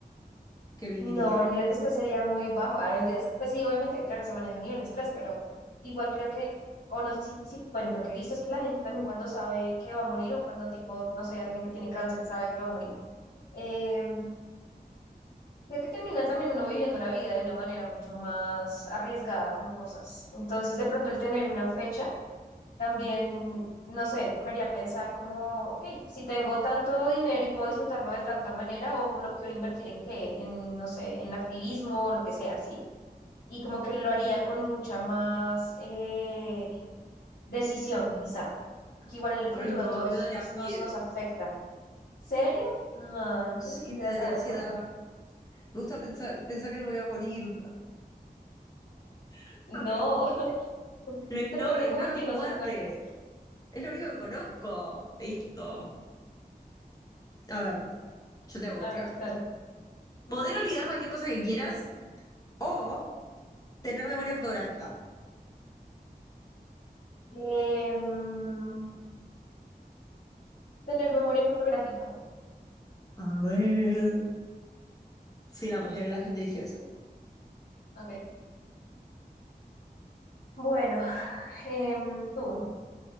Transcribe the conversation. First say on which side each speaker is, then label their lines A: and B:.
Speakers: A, on the left (about 20°); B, on the left (about 80°).
A: que viviría.
B: No, el nivel de estrés sería muy bajo. Ahora, mentiras. Pues sí, obviamente, claro, se maneja a nivel de estrés, pero igual creo que, o no sé si, si, bueno, lo que he visto es que la gente también cuando sabe que va a morir o cuando tipo, no sé, alguien que tiene cáncer sabe que va a morir, eh, creo que termina también uno viviendo la vida de una manera mucho más arriesgada con cosas. Entonces, de pronto el tener una fecha También, no sé, me haría pensar como, ok, si tengo tanto dinero y puedo disfrutarlo de tanta manera, o lo quiero invertir en qué, en, no sé, en activismo o lo que sea, ¿sí? Y como que lo haría con mucha más eh, decisión, quizá, porque igual en el
A: Ay,
B: futuro
A: no,
B: a todos,
A: a mí me daría
B: pues,
A: miedo.
B: nos, nos afecta. ¿Serio? No,
A: Sí,
B: yo sí quisiera
A: me daría
B: saber
A: ansiedad.
B: cuándo.
A: Me gusta pensar, pensar que no me iba a morir. <laughs>
B: No, <laughs>
A: Lo ignoro,
B: depende de
A: ignoro
B: cómo entiendas
A: mi muerte.
B: la muerte.
A: Es lo único que conozco. Listo. A ver, yo te hago
B: A
A: otra.
B: ver, dale. Ujú.
A: Poder olvidar cualquier cosa que quieras o tener memoria fotográfica.
B: Em, tener memoria fotográfica.
A: A ver. Sí, la mayoría de la gente eligió esa.
B: Ok. Bueno. Em, tú,